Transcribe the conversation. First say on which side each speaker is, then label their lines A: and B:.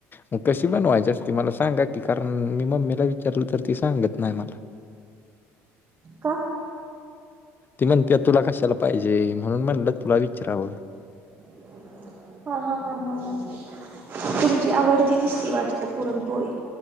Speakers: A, on the left; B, on the right.
A: मग कशी बनवाय असती? मला सांगा की कारण मी मम्मीला विचारलं तर ती सांगत नाही मला.
B: का?
A: तेी म्हणते तुला कशाला पाहिजे? म्हणून म्हणलं तुला विचारवं.
B: <inaudible> हा हा हा हा हा. तुमची आवडती दिसती वाटते पुरणपोळी?